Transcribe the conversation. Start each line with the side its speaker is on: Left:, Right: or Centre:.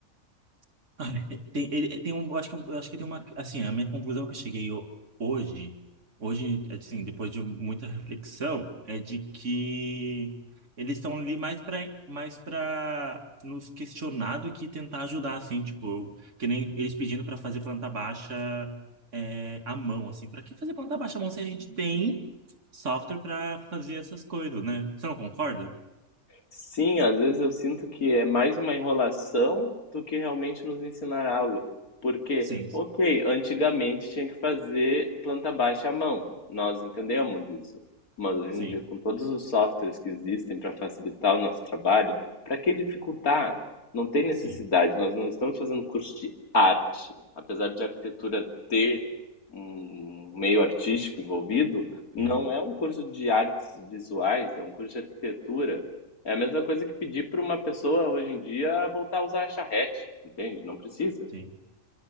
Right: <laughs> Ai, Tem, ele, tem um, eu acho que, eu acho que tem uma, assim, a minha conclusão que eu cheguei ho- hoje, hoje, assim, depois de muita reflexão, é de que eles estão ali mais para mais para nos questionar do que tentar ajudar, assim, tipo, que nem eles pedindo para fazer planta baixa é, à mão, assim, para que fazer planta baixa à mão se a gente tem software para fazer essas coisas, né? Você não concorda?
Left: Sim, às vezes eu sinto que é mais uma enrolação do que realmente nos ensinar algo. Porque,
Right: Sim,
Left: ok, antigamente tinha que fazer planta baixa à mão, nós entendemos isso. Mas hoje
Right: sim,
Left: em dia, com todos os softwares que existem para facilitar o nosso trabalho, para que dificultar? Não tem necessidade,
Right: sim,
Left: nós não estamos fazendo curso de arte. Apesar de arquitetura ter um meio artístico envolvido, não
Right: sim,
Left: é um curso de artes visuais, é um curso de arquitetura. É a mesma coisa que pedir para uma pessoa hoje em dia voltar a usar a charrete, entende? Não precisa.
Right: sim.